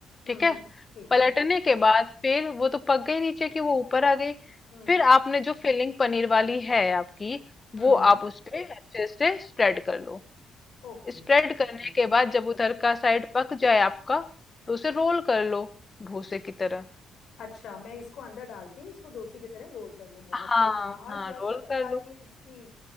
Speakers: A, on the left; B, on the left.
A: हम्म
B: ठीक है
A: ठीक
B: पलटने
A: है
B: के बाद फिर वो तो पक गई नीचे की वो ऊपर आ गई
A: हम्म
B: फिर आपने जो फिलिंग पनीर वाली है आपकी
A: हम्म
B: वो आप उस पे अच्छे से स्प्रेड कर लो
A: ओके
B: स्प्रेड
A: ठीक
B: करने
A: है
B: के बाद जब उधर का साइड पक जाए आपका तो उसे रोल कर लो भूसे की तरह
A: अच्छा मैं इसको अंदर डाल के इसको डोसी की तरह रोल कर लूं बहुत
B: हाँ
A: सही यार
B: हाँ
A: क्या
B: रोल
A: शक्ल
B: कर
A: आ
B: लो
A: रही है इसकी